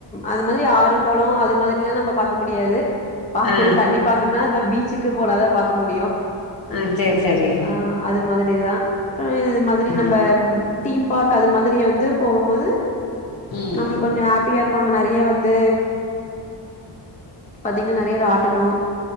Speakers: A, on the left; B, on the left.
A: அது மாரி ஆறு குளோ அது மாரில்லா நம்ம பாக்க முடியாது பாக்கணு
B: ஆ
A: தண்ணி பாக்கனுனா இந்தமாரி பீச்சுக்கு போனாதா பாக்க முடியு
B: ஆ சேரி சேரி
A: ஆ அது மாதிரிதா ஆ இது மாதிரி
B: ஆ ஆ
A: நம்ப டீம் பார்க் அது மாதிரி வந்து போகும்போது
B: ம்
A: நம்ளுக் கொஞ்சோ ஹாப்பியா இருக்கு அங்க நறையா வந்து பாத்தீங்னா நறையா ராட் டனோ